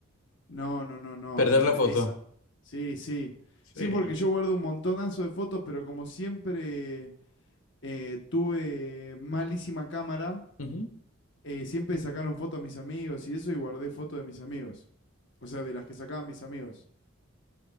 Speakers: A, on the left; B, on the left.
A: No, no, no, no,
B: Perder
A: la,
B: la foto.
A: esa. Sí, sí.
B: Sí.
A: Sí, porque yo guardo un montonazo de fotos, pero como siempre eh, tuve malísima cámara,
B: Ujú.
A: eh, siempre sacaron fotos mis amigos y eso, y guardé fotos de mis amigos. O sea, de las que sacaban mis amigos.